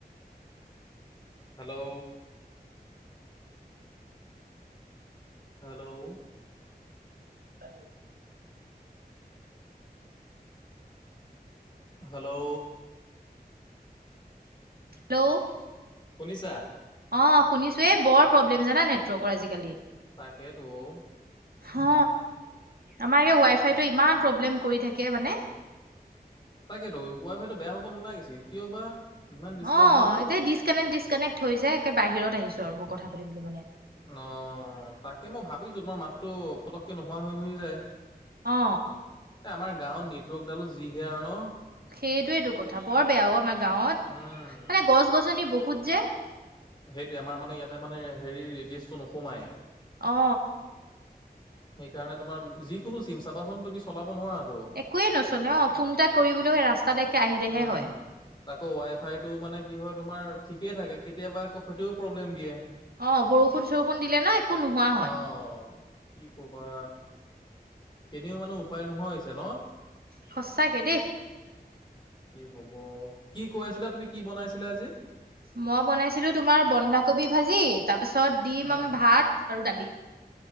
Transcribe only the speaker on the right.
<unintelligible>
হেল্ল'?
অ শুনিছো, এই বৰ প্ৰব্লেম জানা নেটৱৰ্কৰ আজিকালি?
হ, আমাৰ এই ৱাই ফাইটোৱে ইমান প্ৰব্লেম কৰি থাকে মানে
অ
এতিয়া ডিচকানেক্ট - ডিচকানেক্ট হৈ যায়, একে বাহিৰত আহিছো আৰু মই কথা পাতিবলৈ মানে।
অ।
সেইটোয়েইটো কথা, বৰ বেয়াও আমাৰ গাঁৱত
মানে গছ - গছনি বহুত যে।
অ।
একোৱে নচলে, অ ফোন এটা কৰিবলৈও ৰাস্তাত একে আহিলেহে
হয়।
অ, বৰষুণ - চৰষুণ দিলে ন একো নোহোৱা হয়।
সঁচাকে দেই।
মই বনাইছিলোঁ তোমাৰ বন্ধাকবি ভাজি তাৰপিছত ডিম
অম ভাত আৰু দালি।